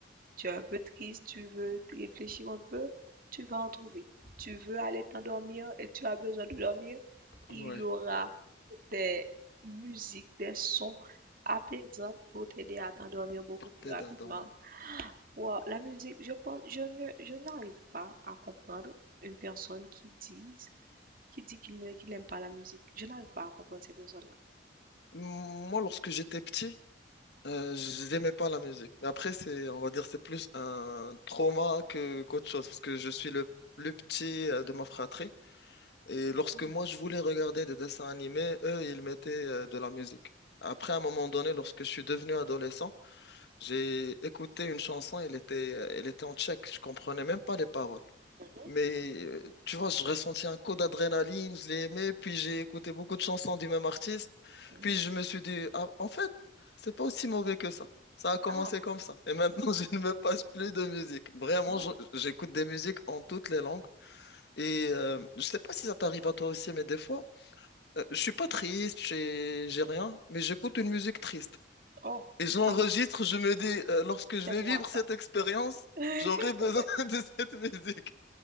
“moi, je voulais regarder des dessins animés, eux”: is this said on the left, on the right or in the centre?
Left